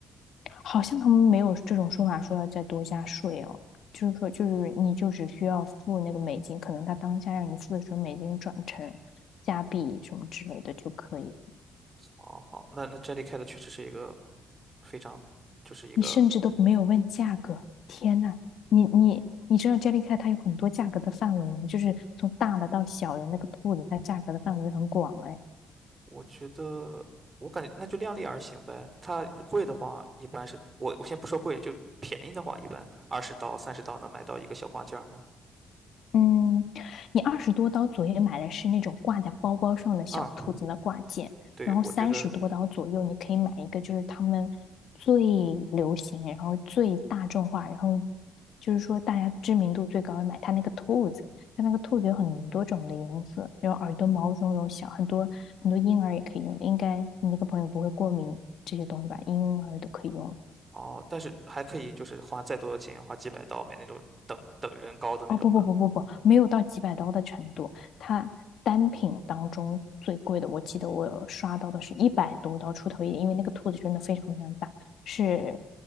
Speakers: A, on the left; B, on the right.
A: 好像他们没有这种说法说要再多加税哦，就是说就是你就只需要付那个美金，可能他当下让你付的时候美金转成加币什么之类的就可以，
B: 哦，好，那那 Jellycat 确实是一个非常，就是一个，
A: 你甚至都没有问价格，天呐，你你。你知道 Jellycat 它有很多价格的范围吗？就是从大的到小的那个兔子，它价格的范围很广哎。
B: 我觉得我感觉那就量力而行呗。它贵的话，一般是我我先不说贵，就便宜的话，一般二十刀三十刀能买到一个小挂件儿吗？
A: 嗯，你二十多刀左右买的是那种挂在包包上的小兔子的挂件，
B: 嗯，对，
A: 然后三十多刀左右你可以买一个，
B: 我觉得
A: 就是他们最流行，然后最大众化，然后就是说大家知名度最高，的买它那个兔子，它那个兔子有很多种的颜色，然后耳朵毛茸茸小，很多很多婴儿也可以用，应该你那个朋友不会过敏这些东西吧？婴儿都可以用。
B: 哦，但是还可以就是花再多的钱，花几百刀买那种等等人高的那种的。
A: 哦，不不不不不，没有到几百刀的程度。它单品当中最贵的，我记得我有刷到的是一百多刀出头一点，因为那个兔子真的非常非常大，是